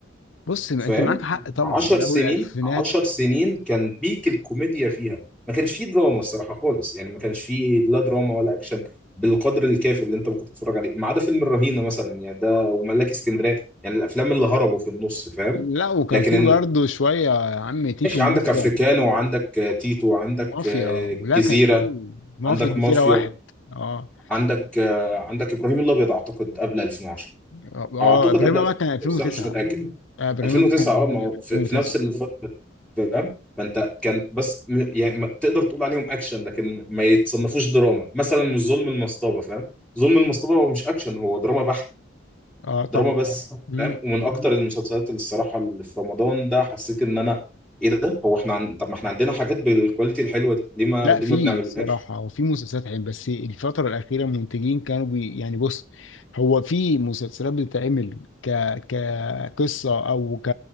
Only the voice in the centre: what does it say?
فاهم
عشر
سنين
عشر سنين كان بيك الكوميديا فيها ما كانش فيه دراما الصراحة خالص يعني ما كانش فيه لا دراما ولا أكشن بالقدر الكافي اللي انت ممكن تتفرج عليه ما عدا فيلم الرهينة مثلا يعني ده وملاك اسكندرية يعني الأفلام اللي هربوا في النص فاهم
لكن
إن-
ماشي عندك
افريكانو وعندك آه، تيتو وعندك
آه،
جزيرة
عندك
مافيا
عندك آه، عندك إبراهيم الأبيض أعتقد قبل 2010
أعتقد
قبل 2010
بس أنا مش متأكد
2009
اه ما
هو
في, في نفس الفترة فاهم فانت كان بس م- يعني ما تقدر تقول عليهم اكشن لكن ما يتصنفوش دراما مثلا مش ظلم المصطبة فاهم ظلم المصطبة هو مش اكشن هو دراما بحت
دراما بس
فاهم ومن اكتر المسلسلات اللي الصراحة اللي في رمضان ده حسيت ان انا ايه ده هو احنا عن... طب ما احنا عندنا حاجات بالكواليتي الحلوة دي ليه ما
ليه
ما بنعملهاش